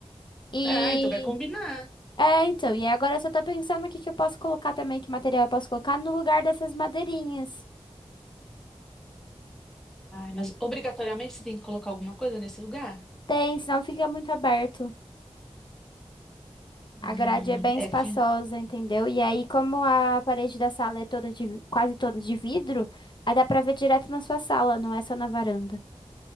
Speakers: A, on the left; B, in the centre.
A: e
B: Ah, então vai combinar.
A: é, então, e agora eu só tô pensando o que que eu posso colocar também, que material eu posso colocar no lugar dessas madeirinhas.
B: Ai, mas obrigatoriamente você tem que colocar alguma coisa nesse lugar?
A: Tem, senão fica muito aberto. A
B: Hum,
A: grade é bem
B: é
A: espaçosa,
B: que
A: entendeu? E aí, como a parede da sala é toda de, quase toda de vidro, aí dá pra ver direto na sua sala, não é só na varanda.